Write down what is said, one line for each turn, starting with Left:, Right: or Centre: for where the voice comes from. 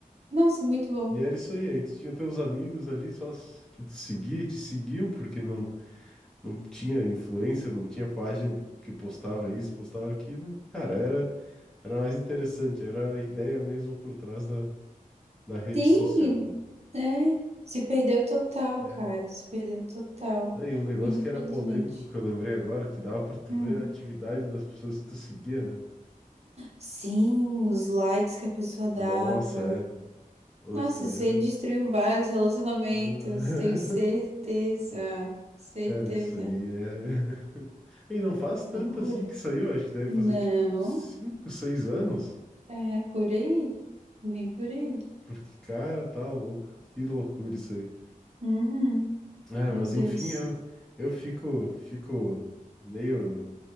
Right: Nossa, muito bom.
Centre: E era isso aí, aí tu tinha teus amigos ali só s- que tu seguia e te seguiam, porque não, não tinha influencer, não tinha página de- que postava isso, postava aquilo. Cara, era, era mais interessante, era a ideia mesmo por trás da, da rede
Right: Sim,
Centre: social, né?
Right: é. Se perdeu total,
Centre: Né?
Right: cara. Se perdeu total.
Centre: Aí um negócio
Right: Infelizmente.
Centre: que era polêmico que eu lembrei agora, que dava pra tu
Right: Hum.
Centre: ver a atividade das pessoas que tu seguia, né?
Right: Sim, os likes que a pessoa dava.
Centre: Nossa, é. Ô,
Right: Nossa,
Centre: Isso aí
Right: isso
Centre: era.
Right: aí destruiu vários relacionamentos.
Centre: <laughs>
Right: Tenho certeza. Certeza.
Centre: Cara, isso aí é. <laughs> E não faz tanto
Right: Loucura.
Centre: assim que saiu, acho que deve
Right: Não.
Centre: fazer tipo uns 5, 6 anos.
Right: É por aí. Bem por aí.
Centre: Porque, cara, tá louco. Que loucura isso aí.
Right: Uhum.
Centre: Ah,
Right: Meu
Centre: mas
Right: Deus.
Centre: enfim, eu, eu fico, fico meio.